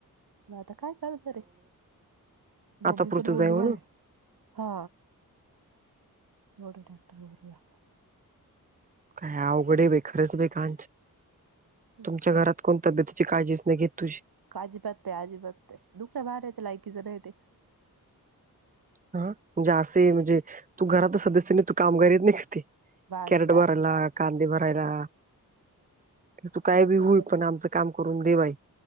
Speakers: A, on the right; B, on the right.
A: म आता काय करायच रे
B: आता
A: मम्मी
B: पुरतं
A: पण बोलली
B: जाय म्हणून
A: मला हा एवढं टॅक्टर भरूया
B: काय अवघडे बे खरंच बे का
A: लागा
B: तुमच्या घरात कोण तब्येतीची काळजीच नाही घेत तुझी
A: काजी पत्तय आजीबत्तय दुख्या बाऱ्याच्या लायकीच राहेत
B: हा म्हणजे असे म्हणजे तू घरात सदस्यनी तू काम करीेत नाही का ते
A: बास
B: कॅरेट
A: बास
B: भरायला
A: बास
B: कांदे भरायला तू काय
A: बास
B: बी
A: एवढंच
B: होई पण आमच काम करून देवाय